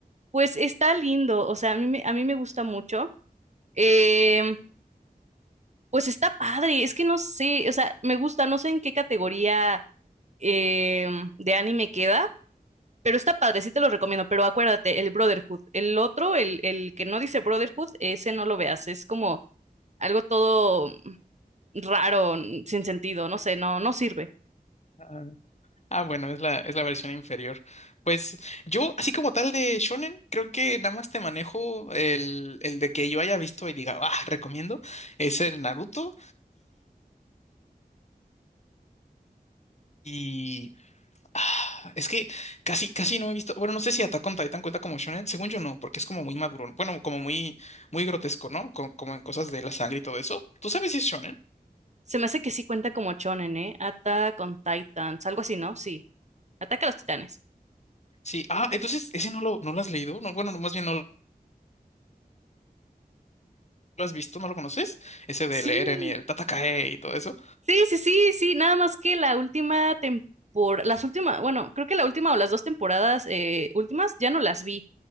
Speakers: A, on the right; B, on the left.
A: Pues está lindo, o sea, a mí me, a mí me gusta mucho. Em, pues está padre, es que no sé, o sea, me gusta, no sé en qué categoría em, de anime queda, Pero está padre, sí te lo recomiendo, pero acuérdate, el Brotherhood, el otro, el, el que no dice Brotherhood, ese no lo veas, es como algo todo raro, n- sin sentido, no sé, no, no sirve.
B: Ah, ah, bueno, es la, es la versión inferior. Pues yo, así como tal de Shonen, creo que nada más te manejo el, el de que yo haya visto y diga, ah, recomiendo, es el Naruto y, Ah, Es que casi, casi no he visto. Bueno, no sé si Attack on Titan cuenta como shonen. Según yo no, porque es como muy maduro. Bueno, como muy, muy grotesco, ¿no? Co- como en cosas de la sangre y todo eso. ¿Tú sabes si es shonen?
A: Se me hace que sí cuenta como shonen, ¿eh? Attack on Titans, algo así, ¿no? Sí, Ataca a los Titanes.
B: Sí. Ah, entonces ese no lo, no lo has leído. No, bueno, más bien no lo has visto, no lo conoces. Ese
A: Sí,
B: del Eren y el Tatakae y todo eso.
A: Sí, sí, sí, sí, nada más que la última temporada, las últimas, bueno, creo que la última o las dos temporadas eh, últimas ya no las vi,